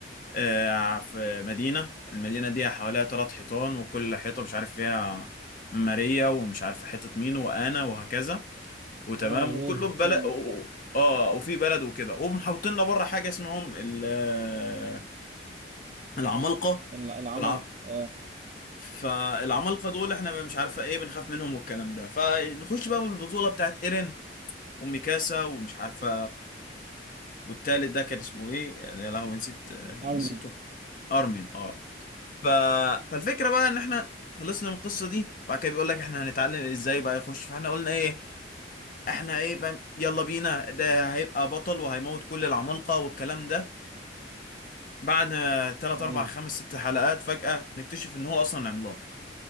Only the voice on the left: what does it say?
آه، في مدينة المدينة دي حواليها تلات حيطان وكل حيطة مش عارف فيها ماريا ومش عارف حيطة مين وأنا وهكذا وتمام
وكله
ببلد
اه وفي بلد وكده ومحوطيننا بره حاجة اسمهم ال- آه، العمالقة
والعم
فالعمالقة دول احنا مش عارفة ايه بنخاف منهم والكلام ده فنخش بقى بالبطولة بتاعت ايرين وميكاسا ومش عارفة والتالت ده كان اسمه ايه يا لهوي نسيت آه،
نسيته ارمين اه ف... فالفكره بقى ان احنا خلصنا من القصه دي بعد كده بيقول لك احنا هنتعلم ازاي بقى يخش فاحنا قلنا ايه احنا ايه فاهم يلا بينا ده هيبقى بطل وهيموت كل العمالقه والكلام ده بعد 3
4 5 6 حلقات فجاه نكتشف ان هو اصلا عملاق